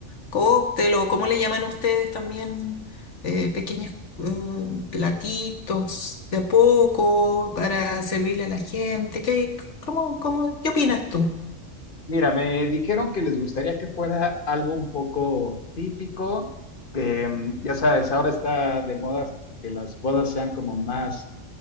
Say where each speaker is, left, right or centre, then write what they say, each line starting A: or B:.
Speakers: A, on the left; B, on the left.
A: cóctel o cómo le llaman ustedes también, eh, pequeños eh, platitos de a poco para servirle a la gente. ¿Qué, cómo, cómo- qué opinas tú?
B: Mira, me dijeron que les gustaría que fuera algo un poco típico, que mm, ya sabes, ahora está de moda que las bodas sean como más,